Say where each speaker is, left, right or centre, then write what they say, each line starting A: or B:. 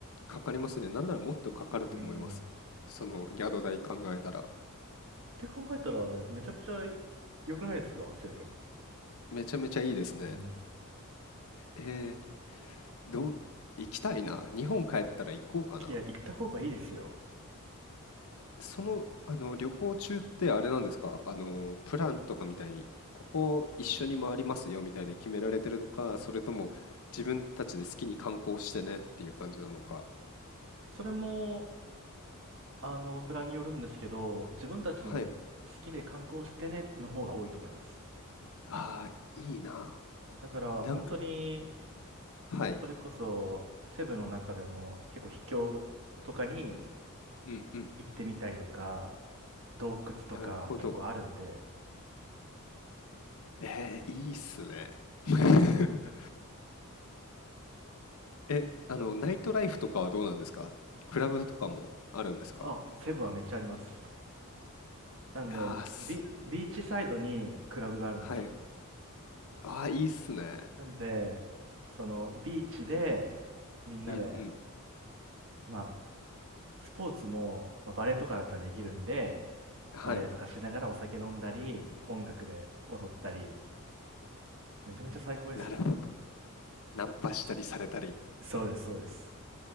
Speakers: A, on the left; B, on the right.
A: かかりますね。なんならもっとかかると思います。
B: うん。
A: その宿代考えたら。
B: って考えたら、めちゃめちゃ良くないですか、セブン。
A: めちゃめちゃいいですね。
B: うん。
A: えー、どう、行きたいな。日本帰ったら行こうかな。
B: いや、行った方がいいですよ。
A: その、あの、旅行中ってあれなんですかあの、プランとかみたいに、ここ一緒に回りますよみたいに決められてるのか、それとも自分たちで好きに観光してねっていう感じなのか。
B: それも、あの、プランによるんですけど、自分たちに好
A: はい。
B: きで観光してねの方が多いと思います。
A: ああ、いいな。
B: だから本当に
A: なんか、はい。
B: それこそセブの中でも結構秘境とかに
A: うんうん。
B: 行ってみたりとか洞窟とか結構あるんで
A: なるほど。えー、いいっすね。
B: いいですよ
A: <laughs> え、あの、ナイトライフとかはどうなんですかクラブとかもあるんですか
B: あセブはめっちゃありますなんでビビーチサイドにクラブがあるんですよ
A: ああす、はい。ああ、いいっすね。
B: なんでそのビーチでみんなで
A: うんうん。
B: まあスポーツも、まあ、バレエとかだったらできるんで
A: はい。
B: バレエとかしながらお酒飲んだり音楽で踊ったりめちゃめちゃ最高ですよ
A: なるほど。ナンパしたりされたり。
B: そうですそうです